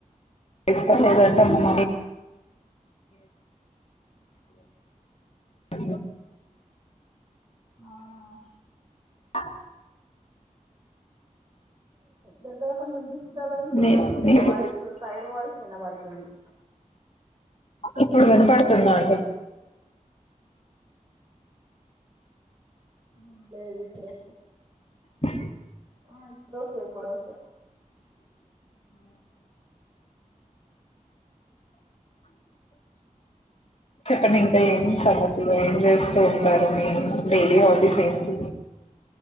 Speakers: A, on the left (about 50°); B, on the right (about 30°).
A: <inaudible> స్తా లేదంటే మా మమ్మి అ
B: అవునా
A: ఆ
B: దగ్గర కొంచెం డిస్టర్బెన్స్ వస్తుంది
A: మీ మీకు
B: వాయిస్ సైడ్ వాయిస్ వినబడుతుంది
A: ఇప్పుడు వినపడుతుందా అండి
B: ఉమ్ లేదిప్పుడే
A: అ
B: ఆ ఇప్పుడు ఓకే ఇప్పుడు ఓకే
A: చెప్పండి ఇంకా ఏం సంగతులు ఏం చేస్తూ ఉంటారు మీ డైలీ హాబీస్ ఏంటి